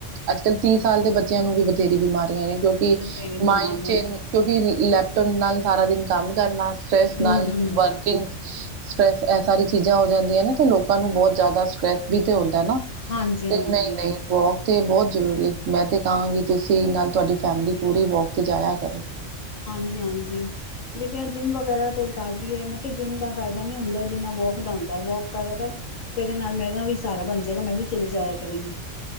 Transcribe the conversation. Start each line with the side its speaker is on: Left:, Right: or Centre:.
Right: ਅੱਜ ਕਲ੍ਹ ਤੀਹ ਸਾਲ ਦੇ ਬੱਚਿਆਂ ਨੂੰ ਵੀ ਬਥੇਰੀ ਬਿਮਾਰੀਆਂ ਆਈ ਕਿਉਂਕਿ
Left: ਬਥੇਰੀ ਬਿਮਾਰੀਆਂ
Right: ਮਾਇੰਡ 'ਚ
Left: ਸੇ
Right: ਕਿਉਕਿ ਲੈਪਟੋਪ ਨਾਲ ਸਾਰਾ ਦਿਨ ਕੰਮ ਕਰਨਾ ਸਟਰੈਸ ਨਾਲ
Left: ਹੂੰ-ਹੂੰ
Right: ਵਰਕਿੰਗ ਸਟਰ੍ਰੈਸ ਇਹ ਸਾਰੀ ਚੀਜ਼ਾਂ ਹੋ ਜਾਂਦੀਆਂ ਨੇ ਤੇ ਲੋਕਾਂ ਨੂੰ ਬਹੁਤ ਜ਼ਿਆਦਾ ਸਟਰ੍ਰੈਸ ਵੀ ਤੇ ਹੁੰਦਾ ਨਾ
Left: ਹਾਂਜੀ
Right: ਤੇ
Left: -ਹਾਂਜੀ।
Right: ਨਹੀਂ-ਨਹੀਂ ਵੋਕ ਤੇ ਬਹੁਤ ਜ਼ਰੂਰੀ ਹੈ। ਮੈਂ ਤੇ ਕਹਾਂਗੀ ਤੁਸੀਂ ਨਾਲ ਤੁਹਾਡੀ ਫੈਮਿਲੀ ਪੂਰੀ ਵੋਕ ਤੇ ਜਾਇਆ ਕਰੋ।
Left: ਹਾਂਜੀ -ਹਾਂਜੀ। ਬੇਟੀਆਂ ਜਿੰਮ ਵਗੈਰਾ ਤੇ ਕਰਦੀ ਹੈ ਮੈਂ ਕਿਹਾ ਜਿੰਮ ਦਾ ਫਾਇਦਾ ਨੀ ਹੁੰਦਾ ਜਿੰਨਾ ਵੋਕ ਦਾ ਹੁੰਦਾ ਵੋਕ ਕਰ- ਕਰ ਤੇਰੇ ਨਾਲ ਮੇਰੇ ਨਾਲ ਵੀ ਸਹਾਰਾ ਬਣ ਜਾਏਗਾ। ਮੈਂ ਵੀ ਚਲੇ ਜਾਇਆ ਕਰੇਗੀ।